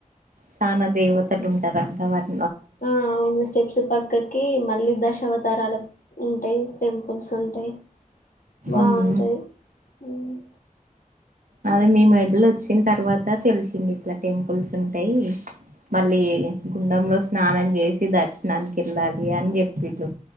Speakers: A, on the right (about 75°); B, on the left (about 80°).
A: చానా దేవతలు ఉంటర అం అవర్
B: ఆ అవున్న స్టెప్స్ పక్కకి మళ్ళీ దశావతారలు ఉంటాయి టెంపుల్స్ ఉంటాయి బాగుంటయి
A: ఉమ్
B: ఉమ్
A: అదే మీ మెదలో వచ్చిన తర్వాత తెలిసింది ఇట్లా టెంపుల్స్ ఉంటాయి మళ్ళీ గుండెంలో స్నానం చేసి దర్శనానికి వెళ్ళాలి అని చెప్పి